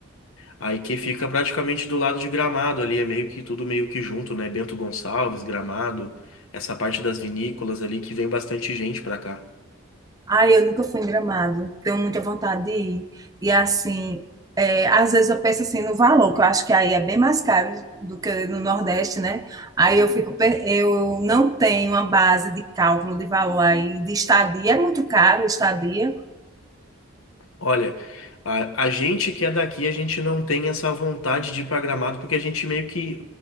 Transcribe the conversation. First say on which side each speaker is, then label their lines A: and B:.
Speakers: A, on the left; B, on the right.
A: Aí que fica praticamente do lado de Gramado ali, é meio que tudo meio que junto, né? Bento Gonçalves, Gramado, essa parte das vinícolas ali que vem bastante gente pra cá.
B: Ai, eu nunca fui em Gramado. Tenho muita vontade de ir. E assim, é, às vezes eu penso assim no valor, que eu acho que aí é bem mais caro do que no Nordeste, né? Aí eu fico, pe- eu não tenho uma base de cálculo de valor aí de estadia, é muito caro estadia.
A: Olha, a, a gente que é daqui, a gente não tem essa vontade de ir pra Gramado porque a gente meio que